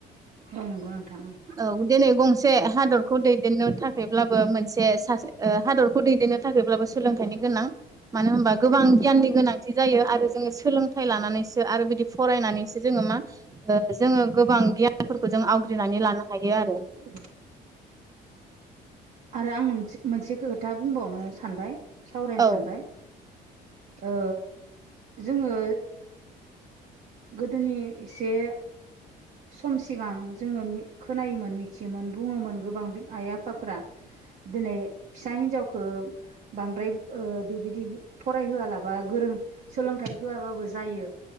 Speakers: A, on the right; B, on the right.
A: औ नंगौ नोंथां उम
B: औ दिनै गं से हादरखौ दैदेननो थाखायब्लाबो मोनसे सासे ओ हादरखौ दैदेननो थाखायब्लाबो सोलोंथाइनि गोनां मानो होनबा गोबां गियाननि
A: औ
B: गोनांथि जायो आरो जोङो सोलों थाय लानानैसो आरो बिदि फरायनानैसो जोङो मा ओ जोङो गोबां गियानफोरखौ जों आवग्रिनानै लानो हायो आरो
A: <inaudible> आरो आं मोनसे खोथा बुंबावनो सानबाय सावरायनो
B: औ
A: सानबाय ओ जोङो गोदोनि एसे सम सिगां जोङो मि खोनायोमोन मिथियोमोन बुङोमोन गोबां आइ आफाफ्रा दिनै फिसा हिनजावखो बांद्राय ओ बिब्दि बि फरायहोआलाबा गोरों सोलोंथाइ होआबाबो जायो